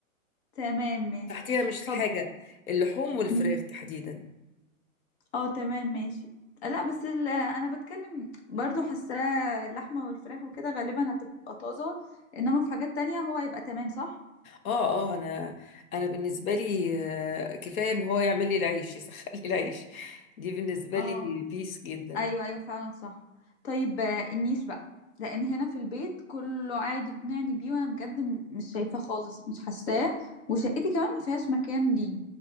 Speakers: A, on the left; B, on the left.
A: تمام ماشي
B: تحتيها مش الحاجه
A: طب
B: اللحوم والفراخ
A: مم.
B: تحديدا
A: اه تمام ماشي لا بس ال- انا بتكلم برضو حاساه اللحمه والفراخ وكده غالبا هتبقى طازه انما في حاجات تانية هو هيبقى تمام صح
B: اه اه انا انا بالنسبه لي آه، كفايه ان هو يعمل لي العيش <laughs> يسخن لي العيش دي بالنسبه
A: اه
B: لي بيس جدا
A: ايوه ايوه فعلا صح طيب آه، النيش بقى لان هنا في البيت كله عادي يقنعني بيه وانا بجد م- مش شايفاه خالص مش حاساه وشقتي كمان ما فيهاش مكان ليه